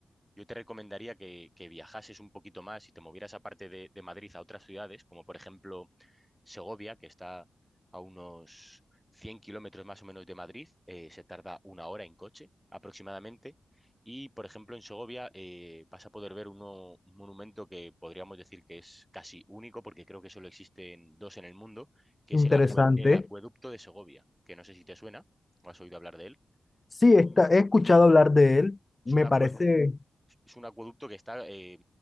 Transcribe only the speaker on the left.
Interesante.
Sí,
está,
he escuchado hablar de
él,
me
parece,